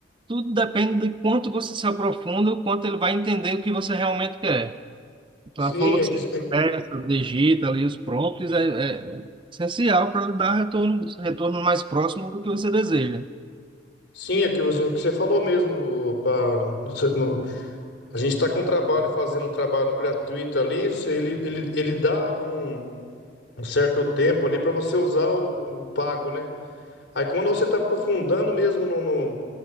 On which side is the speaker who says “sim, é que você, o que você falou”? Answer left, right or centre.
Left